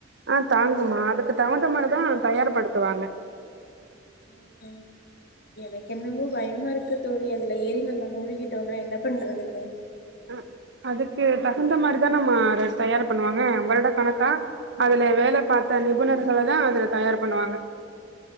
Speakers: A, on the right; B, on the left.
A: ஆ தாங்குமா அதுக்கு தகுந்த மாரிதா தயார்படுத்துவாங்க
B: ம் ஹும் எனக்கு என்னவோ பயமா இருக்கு தோழி அதுல ஏறி நம்ம மூழ்கிட்டோன்னா என்ன பண்றதுன்னு
A: ம் அதுக்கு தகுந்த மாரிதானம்மா அத தயார் பண்ணுவாங்க வருடக் கணக்கா அது ல வேல பாத்த
B: ம்,
A: நிபுணர்களதா அதுல தயார் பண்ணுவாங்க